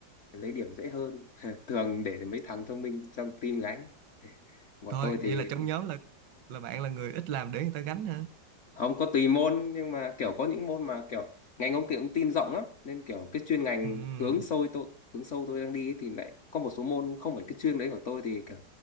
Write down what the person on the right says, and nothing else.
thôi
vậy là trong nhóm là là bạn là người ít làm để người ta gánh hả
ừ,